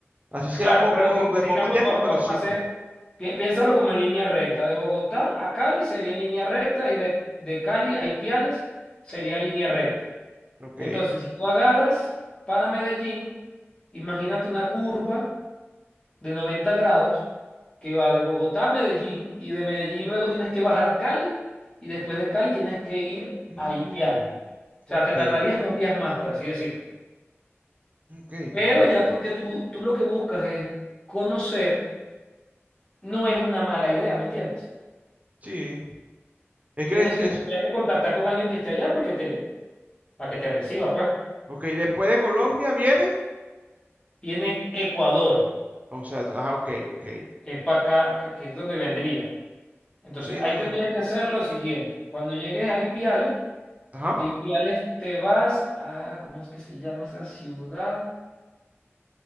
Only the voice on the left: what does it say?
Claro,
pero di-
digamos,
va- vamos
a hacer,
pi- piénsalo como en línea recta. De Bogotá a Cali sería en línea recta y de, de Cali a Ipiales sería línea recta.
Entonces, si tú agarras para Medellín, imagínate una curva de 90 grados que va de Bogotá a Medellín y de Medellín luego tienes que bajar a Cali y después de Cali tienes que ir
a Ipiales. O
sea, te tardarías dos días más, por así decirlo.
Pero
ya que tú, tú lo que buscas es conocer. no es una mala idea, ¿me entiendes?
Tienes
que,
tendrías que contactar con alguien que esté allá porque te, para que te reciba, pues.
Viene Ecuador,
que es para acá, que, que es donde vendría. Entonces,
ahí
tendrías que hacer lo siguiente. Cuando llegues a Ipiales,
de Ipiales te vas a, ¿cómo es que se llama esa ciudad?